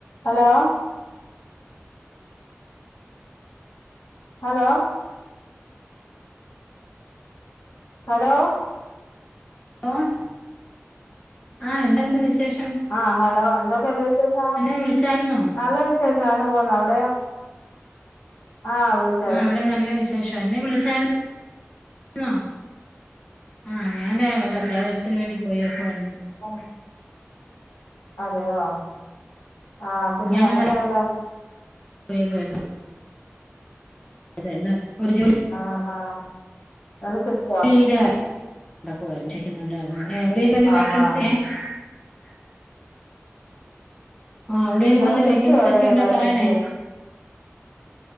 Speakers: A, on the left (about 85°); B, on the left (about 20°).
A: Hello hello hello
B: <unintelligible> ആഹ് എന്തായിരുന്നു വിശേഷം
A: ആഹ് ഹലോ എന്തൊക്കെണ്ട് വിശേഷം
B: എന്നെ വിളിച്ചായിരുന്നോ
A: നല്ല വിശേഷങ്ങനപോണ് അവിടെയൊ ആ <unintelligible>
B: ആഹ് ഇവിടെം നല്ല വിശേഷവാ എന്നെ വിളിച്ചായിരുന്നോ ആഹ് ഞാന് ഒരത്യാവശ്യത്തിന് വേണ്ടി പോയേക്കുവായിരുന്നു
A: <inaudible> അതെയോ ആഹ് പിന്നെങ്ങനെയൊണ്ട്
B: ഞാനൊരു <inaudible>
A: ആഹാ <unintelligible>
B: <unintelligible> <inaudible>
A: ആഹ് ആഹ്
B: ആഹ് എവിടേലും
A: ഇന്നലെ
B: വല്ല വേക്കൻസിയൊക്കെ
A: കിട്ടിയോ എവിടേലും
B: ഒണ്ടേ
A: വേക്കൻസി
B: പറയണേ